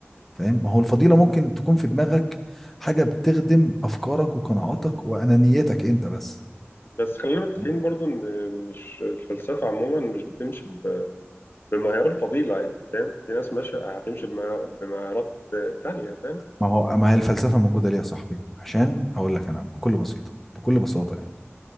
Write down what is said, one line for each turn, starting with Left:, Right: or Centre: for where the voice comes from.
Centre: فاهم ما هو الفضيلة ممكن تكون في دماغك حاجة بتخدم أفكارك وقناعاتك وأنانيتك أنت بس
Left: بس خلينا متفقين
Centre: فاهم؟
Left: برضو ان مش الفلسفه عموما مش بتمشي بمعيار الفضيلة يعني فاهم في ناس ماشية هتمشي بمعيار- بمعيارات آه، تانية فاهم
Centre: ما هو ما هي الفلسفة موجودة ليه يا صاحبي عشان أقول لك أنا بكل بسيطة بكل بساطة يعني